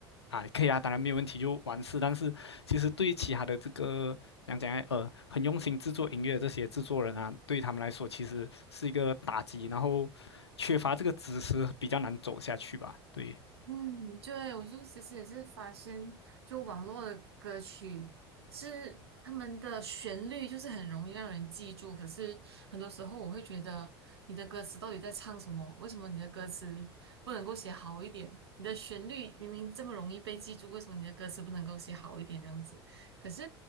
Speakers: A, on the left; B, on the right.
A: 啊，可以啊，当然没有问题，就完事。但是其实对于其他的这个讲讲来，呃，很用心制作音乐的这些制作人啊，对他们来说其实是一个打击，然后缺乏这个知识比较难走下去吧。对，
B: 嗯，对，我就其实也是发现，就网络的歌曲是他们的旋律就是很容易让人记住，可是很多时候我会觉得你的歌词到底在唱什么？为什么你的歌词不能够写好一点？你的旋律明明这么容易被记住，为什么你的歌词不能够写好一点这样子？可是